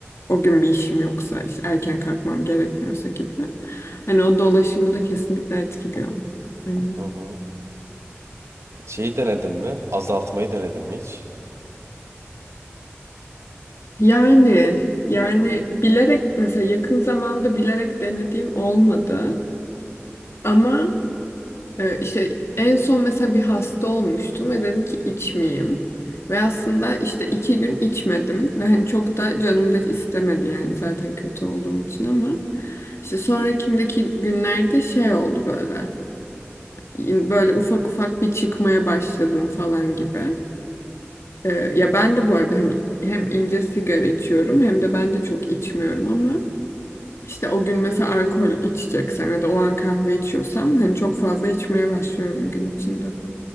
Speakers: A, on the left; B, on the right.
A: o gün bir işim yoksa, işte erken kalkmam gerekmiyorsa gibi. Hani o dolaşımı da kesinlikle etkiliyor. Aynen.
B: hı. hı. Şeyi denedin mi? Azaltmayı denedin mi hiç?
A: Yani yani bilerek mesela yakın zamanda bilerek denediğim olmadı ama e, işte en son mesela bir hasta olmuştum ve dedim ki içmeyeyim ve aslında işte iki gün içmedim ve hani çok da canım da istemedi yani zaten kötü olduğum için ama işte sonrakindeki günlerde şey oldu böyle böyle ufak ufak bir çıkmaya başladım falan gibi. E, ya ben de bu arada hani hem ince sigara içiyorum hem de ben de çok içmiyorum ama İşte o gün mesela alkol içeceksem ya da o an kahve içiyorsam hani çok fazla içmeye başlıyorum gün içinde de.